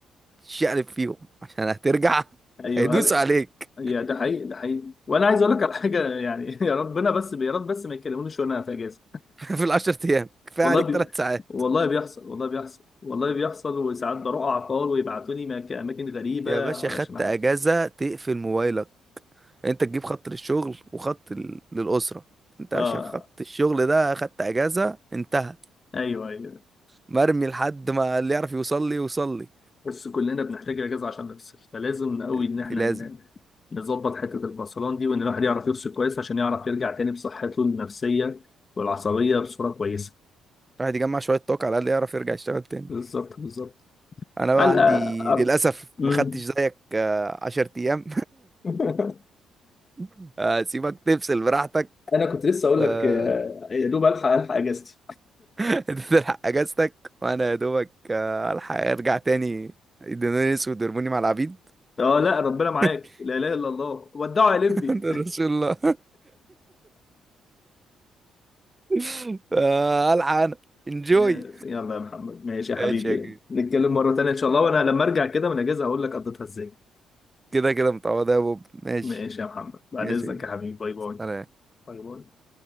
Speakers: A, on the right; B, on the left.
A: شقلب فيهم عشان هترجع <laughs>
B: ايوه
A: هيدوس
B: هل...
A: عليك
B: يا ده حقيقي ده حقيقي وانا عايز اقول لك على حاجة يعني <laughs> يا ربنا بس يا رب بس ما يكلمونيش وانا في اجازة
A: <laughs> في العشر ايام كفايه
B: والله
A: عليك
B: بي...
A: ثلاث ساعات
B: والله بيحصل والله بيحصل والله بيحصل وساعات بروح اعطال ويبعتوني مك- اماكن غريبة
A: يا باشا
B: علشان
A: خدت
B: حاجة
A: اجازه تقفل موبايلك انت تجيب خط للشغل وخط ال- للاسره انت
B: اه
A: عشان خط الشغل ده خدت اجازه انتهى
B: ايوه ايوه
A: مرمي لحد ما اللي يعرف يوصل لي يوصل لي
B: بس كلنا بنحتاج اجازه عشان نفصل فلازم قوي ان
A: دي
B: احنا
A: لازم
B: ن- نظبط حته الفصلان دي وان الواحد يعرف يفصل كويس عشان يعرف يرجع تاني بصحته النفسيه والعصبيه بصوره كويسه
A: الواحد يجمع شوية طاقة على الأقل يعرف يرجع يشتغل تاني
B: بالظبط بالظبط
A: أنا بقى
B: الحق
A: عندي
B: أر-
A: للأسف
B: مم.
A: ما خدتش زيك آه، عشر أيام
B: <laughs>
A: <laughs> أسيبك تفصل براحتك
B: انا كنت لسه اقول
A: آه،
B: لك آه، يا دوب الحق الحق اجازتي
A: <laughs> أنت تلحق أجازتك وأنا يا دوبك آه، ألحق أرجع تاني يدوني أسود ويرموني مع العبيد
B: اه لا ربنا معاك
A: <laughs>
B: لا اله الا الله ودعوا يا لمبي
A: عند رسول الله <laughs> آه، ألحق أنا
B: <laughs>
A: انجوي
B: آه، يلا يا محمد ماشي يا
A: ماشي
B: حبيبي
A: يا كبير
B: نتكلم مره تانيه ان شاء الله وانا لما ارجع كده من الاجازه هقول لك قضيتها ازاي
A: كده كده متعوضة يا بوب ماشي
B: ماشي يا محمد بعد
A: ماشي
B: اذنك
A: يا كبير
B: يا حبيبي باي باي
A: سلام.
B: باي باي